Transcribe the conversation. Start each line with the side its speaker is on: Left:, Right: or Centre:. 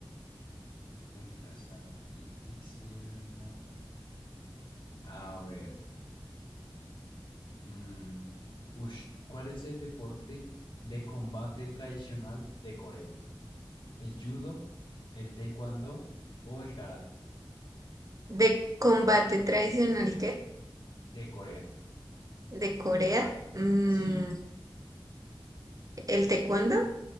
Left: uy, no, está difícil, no. A ver, mm, ush, ¿cuál es el deporte de combate tradicional de Corea? ¿El judo, el taekwondo o el karate?
Right: ¿De combate tradicional qué?
Left: De Corea.
Right: ¿De Corea? Mm,
Left: Sí,
Right: ¿el taekwondo?